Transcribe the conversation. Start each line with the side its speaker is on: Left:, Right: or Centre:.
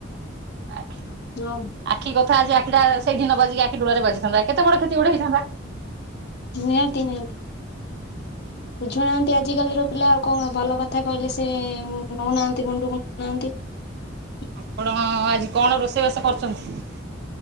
Right: ଆଜ୍ଞା।
Left: <unintelligible>
Right: ଆଖି କଥା ଆଜି ଆଖିଟା ସେଇଠି ନ ବାଜିକି ଆଖି ଡଳାରେ ବାଜିଥାନ୍ତା କେତେ ବଡ କ୍ଷତି ଗୋଟେ ହେଇଥାନ୍ତା।
Left: ନିହାତି ନିହାତି। ବୁଝୁନାହାନ୍ତି ଆଜିକାଲିର ପିଲା ଆଉ କଣ ଭଲ କଥା କହିଲେ ସେ ନେଉନାହାନ୍ତି ମୁଣ୍ଡକୁ ନଉନାହାନ୍ତି। ହ
Right: ଆପଣ ଆଜି କଣ ରୋଷେଇବାସ କରିଛନ୍ତି?